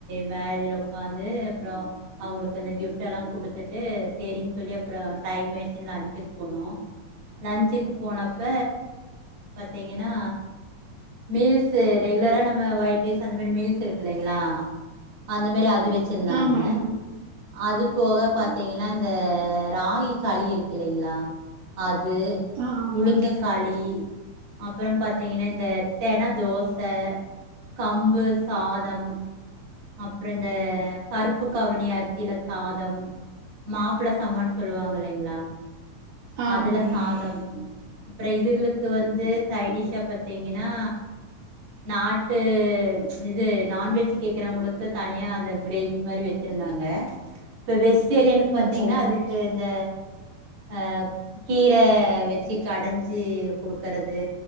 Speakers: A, on the right; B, on the right.
A: மேரேஜ்ல உட்காந்து அப்றம் அவங்களுக்கு அந்த கிஃப்ட் எல்லாம் குடுத்துட்டு செரின்னு சொல்லி அப்றம் டைம் ஆச்சு லஞ்சுக்கு போனோம் லன்சுக்கு போனப்ப பாத்தீங்கன்னா மீல்ஸ் ரெகுலரா நம்ம ஒயிட் ரைஸ் அந்த மாரி மீல்ஸ் இருக்கு இல்லைங்களா அந்த மாரி அது அது வச்சிருந்தாங்க
B: ஆமாங்க மேம்
A: அது போக பார்த்தீங்கன்னா இந்த ராகி களி இருக்கு இல்லைங்களா அது <unintelligible>
B: ஆ ஆமாங்க
A: உழுங்கக்காளி அப்புறம் பார்த்தீங்கன்னா இந்த தனதோஷ் கம்பு சாதம் அப்புறம் இந்த கருப்பு கவனி அரிசியில சாதம் மாப்பிளை சமான்னு சொல்லுவாங்க இல்லைங்களா <inaudible>
B: ஆமாங்க
A: அதுல சாதம்
B: மேம்
A: அப்புற இது இதுகளுக்கு வந்து சைடிஷ் பார்த்தீங்கன்னா நாட்டு இது நான்வெஜ் கேக்கறவங்களுக்கு தனியா அந்த கிரேவி மாதிரி வச்சிருந்தாங்க பெவேஸ் சரி எனக்கு
B: ஆ
A: பார்த்தீங்கன்னா
B: சரிங்க
A: அதுக்கு இந்த அ கீரை வச்சு கடஞ்சு கொடுக்கறது